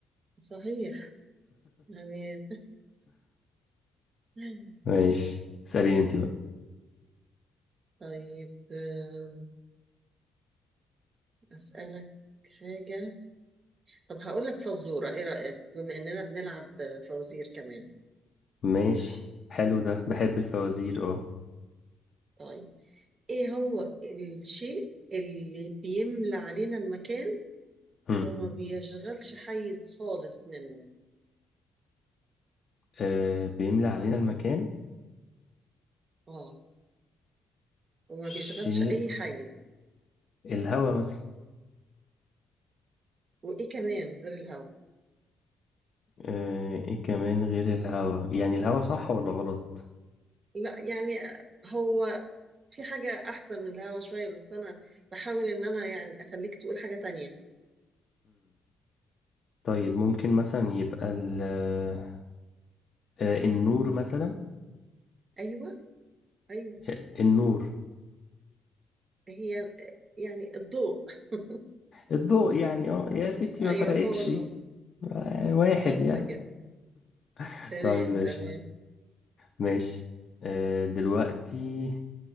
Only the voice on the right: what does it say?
صحيح يعني مم.
طيب آم، أسألك حاجة طب هقول لك فزورة إيه رأيك بما إننا بنلعب فوازير كمان
طيب إيه هو الشيء اللي بيملى علينا المكان
وما بيشغلش حيز خالص منه
آه وما
بيشغلش أي حيز
وإيه كمان غير الهواء
لا يعني هو في حاجة أحسن من الهواء شوية بس أنا بحاول إن أنا يعني أخليك تقول حاجة تانية
أيوه أيوه
هي يعني الضوء <laughs>
ايوه
هو النور
بالظبط
كده
تمام
تمام